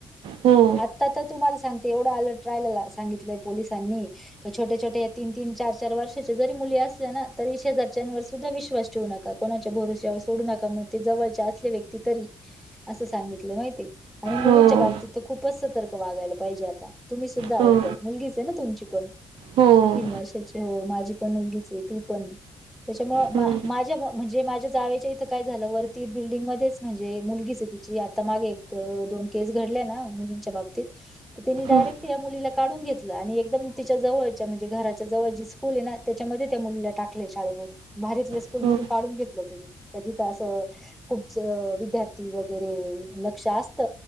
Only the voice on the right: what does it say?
हो.
हो
हो
हो
हो
हो
हो